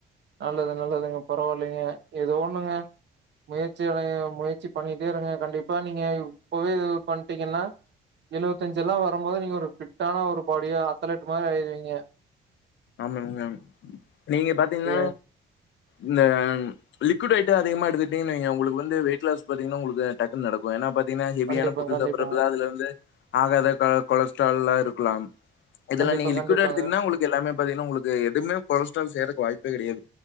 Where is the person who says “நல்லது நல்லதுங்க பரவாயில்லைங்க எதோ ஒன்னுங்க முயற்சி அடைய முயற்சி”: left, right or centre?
Right